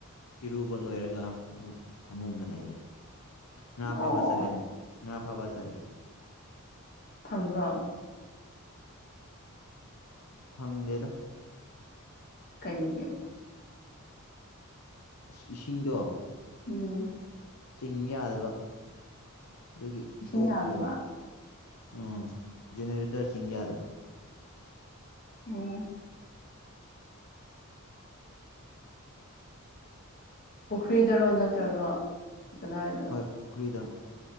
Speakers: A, on the left; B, on the left.
A: ꯏꯔꯨꯕ ꯂꯣꯏꯔꯒ ꯑꯃꯨꯛ ꯐꯃꯨꯡꯗ ꯂꯩꯔꯦ ꯉꯥ ꯐꯥꯕ
B: ꯑꯣ
A: ꯆꯠꯂꯦ ꯑꯃꯨꯛ ꯉꯥ ꯐꯥꯕ ꯆꯠꯂꯦ
B: ꯈꯪꯕ꯭ꯔꫭ
A: ꯈꯪꯗꯦꯗ
B: ꯀꯩꯒꯤ
A: ꯑꯁ ꯏꯁꯤꯡꯗꯣ
B: ꯎꯝ
A: ꯆꯤꯡ ꯌꯥꯗꯕ ꯑꯗꯨꯒꯤ
B: ꯏꯁꯤꯡ
A: ꯇꯣꯛꯈ꯭ꯔꯦꯕ
B: ꯌꯥꯗꯕ
A: ꯑꯥꯝ ꯖꯦꯅꯦꯔꯦꯇꯔ ꯆꯤꯡ ꯌꯥꯗꯕ
B: ꯑꯝ ꯄꯨꯈ꯭ꯔꯤꯗꯔꯣ ꯅꯠꯇ꯭ꯔꯒ ꯀꯗꯥꯏꯗ
A: ꯍꯣꯏ ꯄꯨꯈ꯭ꯔꯤꯗ